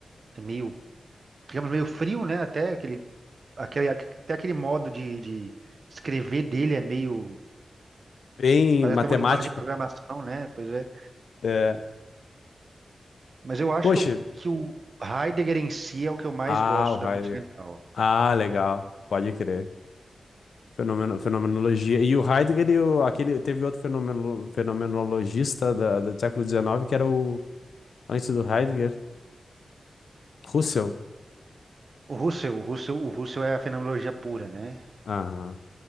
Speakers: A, on the right; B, on the left.
A: é meio, digamos meio frio, né? Até aquele, aquele, até aquele modo de, de escrever dele é meio,
B: Bem
A: parece
B: matemático.
A: até uma linguagem de programação, né? Pois é.
B: É.
A: Mas eu acho
B: Poxa.
A: que, o que o Heidegger em si é o que eu mais
B: Ah,
A: gosto
B: o Heidegger.
A: da Continental.
B: Ah, legal. Pode crer. Fenomeno, fenomenologia. E o Heidegger, e o, aquele, teve outro fenomeno, fenomenologista da, do século XIX, que era o, antes do Heidegger, Russell.
A: O Husserl, o Husserl, o Husserl é a fenomenologia pura, né?
B: Aham.